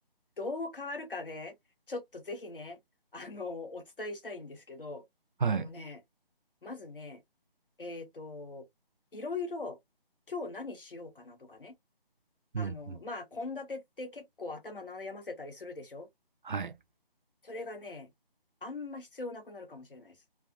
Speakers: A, on the left (about 60°); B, on the right (about 55°).
A: どう変わるかね、ちょっとぜひね、あの、お伝えしたいんですけど、
B: はい。
A: あのね、まずね、えっと、いろいろ今日何しようかなとかね、あの、
B: うんうん。
A: まあ、献立って結構頭悩ませたりするでしょ
B: はい。
A: それがね、あんま必要なくなるかもしれないです。